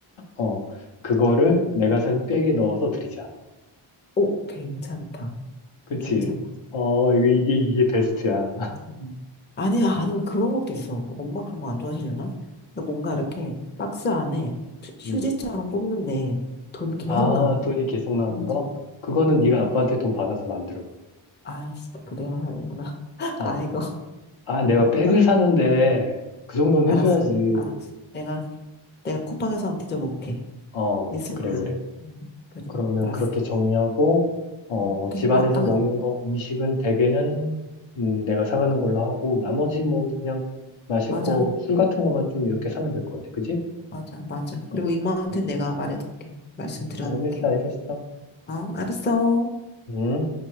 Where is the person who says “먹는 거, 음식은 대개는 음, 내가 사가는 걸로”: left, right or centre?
Left